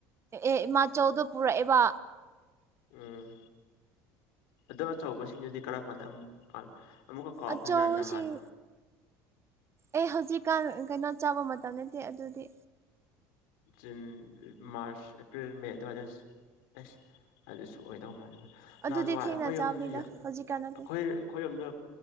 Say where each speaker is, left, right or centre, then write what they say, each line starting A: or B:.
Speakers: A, on the right; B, on the left.
A: ꯑꯦ ꯏꯃꯥ ꯆꯧꯗꯣ ꯄꯨꯔꯛꯑꯦꯕ
B: ꯎꯝ ꯑꯗꯣ ꯑꯆꯧꯕꯁꯤꯡꯗꯨꯗꯤ ꯀꯔꯝ ꯀꯥꯟꯗ ꯑꯃꯨꯛ ꯄꯜ ꯑꯃꯨꯛꯀ ꯀꯥꯎ
A: ꯑꯆꯧꯁꯤꯡ
B: ꯈꯔ꯭ꯦꯅꯦ ꯅꯍꯟ
A: ꯑꯦ ꯍꯧꯖꯤꯛꯀꯥꯟ ꯀꯩꯅꯣ ꯆꯥꯕ ꯃꯇꯝ ꯅꯠꯇꯦ ꯑꯗꯨꯗꯤ
B: ꯖꯨꯟ ꯃꯥꯔꯁ ꯑꯦꯄ꯭ꯔꯤꯜ ꯃꯦ ꯑꯗꯨꯋꯥꯏꯗ ꯑꯦꯁ ꯑꯗꯨꯁꯨ ꯑꯣꯏꯗꯧ ꯃꯥꯜꯂꯤꯕ ꯅꯍꯥꯟꯋꯥꯏ
A: ꯑꯗꯨꯗꯤ ꯊꯦꯡꯅ
B: ꯑꯩꯈꯣꯏ ꯌꯨꯝ
A: ꯆꯥꯕꯅꯤꯗ
B: ꯑꯩꯈꯣꯏ
A: ꯍꯧꯖꯤꯛꯀꯥꯟ ꯅꯠꯇꯦ
B: ꯑꯩꯈꯣꯏꯔꯣꯝꯗ